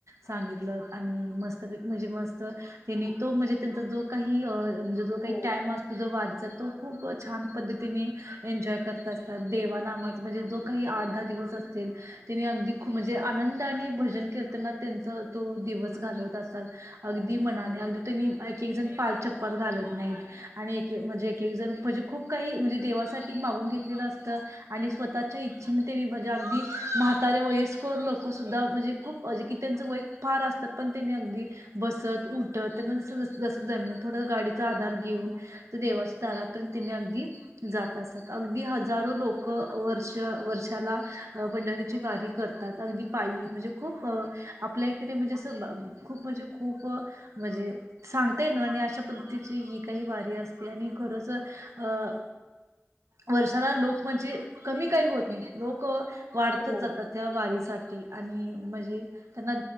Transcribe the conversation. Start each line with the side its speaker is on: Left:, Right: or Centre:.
Right: सांगितलं आणि मस्त म्हणजे मस्त त्यांनी तो म्हणजे त्यांचा जो काही म्हणजे जो काही
Centre: हो.
Right: टाम असतो, जो वा तो खूप छान पद्तीने एन्जॉय करत असतात देवानामात म्हणजे जो काही आठ दहा दिवस असनी ते अगदी खूप म्हणजे आनंद आणि भजन कीर्तनात त्यांचा तो दिवस घालवत असतल अगदी मनाने
Centre: हो
Right: अगदी ते एक एक जण पाल चप्पात घालत नाहीत आणि एक म्हणजे एक एक जण म्हणजे खूप काही म्हणजे देवासाठी मागून घेतले असत आणि स्वतःच्या इच्छेनी म्हणजे अगदी म्हातारे वयस्कर लोक सुद्धा म्हणजे खूप म्हणजे कि त्यांच वय फार असत. पण त्यांनी अगदी बसत उठत त्याना जस जमल तस थोड गाडी आधार घेऊन देवाच्या दारपर्यत अगदी जात असत. अगदी हजारो लोक, वर्ष वर्षाला पंढरीची वारी करतात. अगदी पायी म्हणजे खूप अ आपल्या इकडे म्हणजे असं खूप म्हणजे खूप म्हणजे सांगतायेना आणि अशा पद्ध् तिची ही काही वारी असते आणि खरच अ वर्षाला लोक म्हणजे कमी काही होत नाही लोक वाढतच
Centre: हो
Right: जातात त्या वारीसाठी. आणि म्हणजे त्यांना